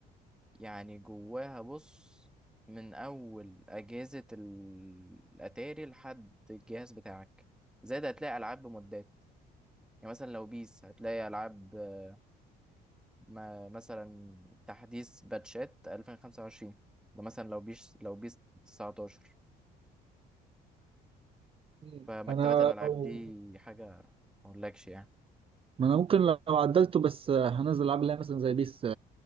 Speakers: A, in the centre; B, on the right (about 35°).
A: يعني جواها بص من اول اجهزة ال- الاتاري لحد الجهاز بتاعك زائد هتلاقي العاب بمدات يعني مثلا لو بيس هتلاقي العاب آه، ما مثلا تحديث باتشات 2025 ده مثلا لو بيس لو بيس 19
B: مم.
A: فمكتبات
B: انا
A: الالعاب
B: أو...
A: دي حاجة ما اقولكش يعني
B: ما انا ممكن لو عدلته بس هنزل العاب اللي هي مثلا زي بيس